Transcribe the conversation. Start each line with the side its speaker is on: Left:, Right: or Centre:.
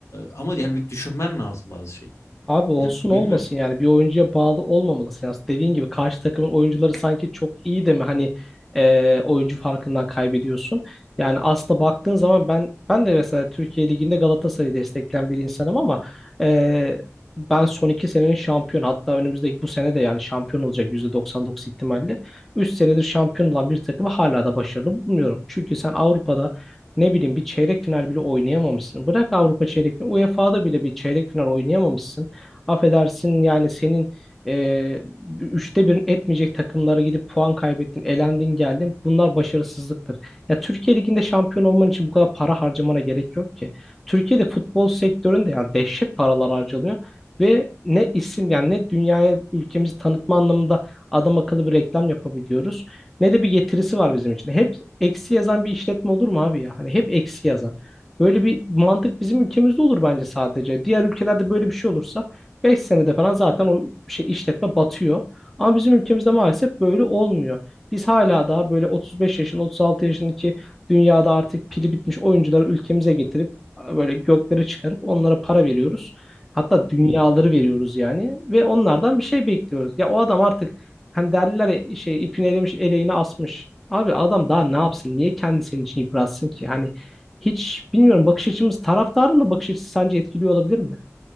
Left: ama yani bir düşünmen lazım bazı şeyleri.
Centre: Abi olsun
Left: Yani bilmiyorum.
Centre: olmasın yani bir oyuncuya bağlı olmamalısın. Yani dediğin gibi karşı takımın oyuncuları sanki çok iyi de mi hani e, oyuncu farkından kaybediyorsun. Yani aslında baktığın zaman ben ben de mesela Türkiye Ligi'nde Galatasaray'ı destekleyen bir insanım ama e, ben son iki senenin şampiyon hatta önümüzdeki bu sene de yani şampiyon olacak %99 ihtimalle. Üç senedir şampiyon olan bir takımı hala da başarılı bulmuyorum. Çünkü sen Avrupa'da ne bileyim bir çeyrek final bile oynayamamışsın. Bırak Avrupa çeyrek finali, UEFA'da bile bir çeyrek final oynayamamışsın. Affedersin yani senin e, üçte birin etmeyecek takımlara gidip puan kaybettin, elendin geldin. Bunlar başarısızlıktır. Ya Türkiye Ligi'nde şampiyon olman için bu kadar para harcamana gerek yok ki. Türkiye'de futbol sektöründe yani dehşet paralar harcanıyor ve ne isim yani ne dünyaya ülkemizi tanıtma anlamında adam akıllı bir reklam yapabiliyoruz ne de bir getirisi var bizim için. Hep eksi yazan bir işletme olur mu abi ya? Hani hep eksi yazan. Böyle bir mantık bizim ülkemizde olur bence sadece. Diğer ülkelerde böyle bir şey olursa 5 senede falan zaten o şey işletme batıyor. Ama bizim ülkemizde maalesef böyle olmuyor. Biz hala daha böyle 35 yaşın, 36 yaşındaki dünyada artık pili bitmiş oyuncuları ülkemize getirip böyle göklere çıkarıp onlara para veriyoruz. Hatta dünyaları
Left: Hmm, yani.
Centre: veriyoruz yani ve onlardan bir şey bekliyoruz. Ya o adam artık hani derler ya, şey ipini elemiş eleğini asmış. Abi adam daha ne yapsın? Niye kendi senin için yıpratsın ki? Hani hiç bilmiyorum bakış açımız taraftarın da bakış açısı sence etkiliyor olabilir mi?